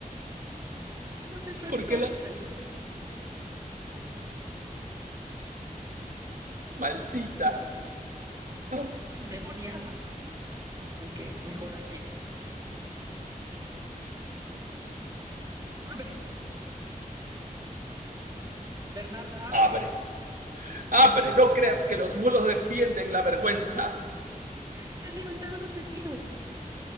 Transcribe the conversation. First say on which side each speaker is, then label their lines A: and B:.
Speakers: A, on the right; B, on the right.
A: ¿Qué hemos hecho
B: ¿Por
A: entonces?
B: qué la maldita? Ah.
A: Endemoniada. Aunque es mejor así. ¡Abre! Bernarda, abre.
B: Abre, abre. No creas que los mulos defienden la vergüenza.
A: Se han levantado los vecinos.